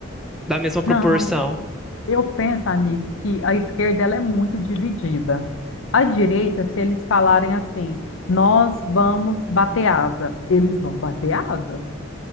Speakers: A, in the centre; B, on the left.
A: da mesma proporção.
B: Não, eu penso, amigo, que a esquerda ela é muito dividida. A direita, se eles falarem assim, nós vamos bater asa, eles vão bater asa.